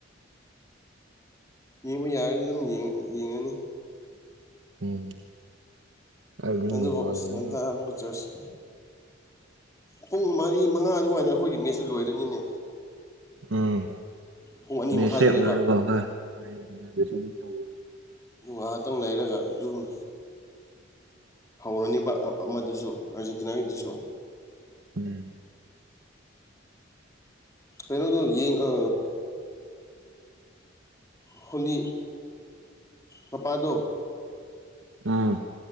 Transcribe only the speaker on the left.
ꯌꯦꯡꯕ ꯌꯥꯔꯗꯤ ꯑꯗꯨꯝ ꯌꯦꯡ ꯌꯦꯡꯉꯅꯤ
ꯑꯗꯨꯒ ꯑꯁ ꯉꯟꯇ ꯑꯃꯨꯛꯀ ꯆ꯭ꯔꯁ ꯄꯨꯡ ꯃꯔꯤ ꯃꯉꯥ ꯑꯗꯨꯋꯥꯏꯗ ꯑꯩꯈꯣꯏꯒꯤ ꯃꯦꯠꯁꯨ ꯂꯣꯏꯗꯣꯏꯅꯤꯅꯦ
ꯄꯨꯡ ꯑꯅꯤ
ꯃꯈꯥꯏꯗꯅꯦꯕ
ꯉꯥꯏꯍꯥꯛꯇꯪ ꯂꯩꯔꯒ ꯑꯗꯨꯝ ꯍꯧꯔꯅꯤꯕ ꯑ ꯑꯃꯗꯨꯁꯨ ꯑꯥꯔꯖꯦꯟꯇꯤꯅꯥꯒꯤꯗꯨꯁꯨ
ꯀꯩꯅꯣ ꯑꯗꯨ ꯌꯦꯡ ꯑ ꯍꯣꯂꯤ ꯃꯄꯥꯗꯣ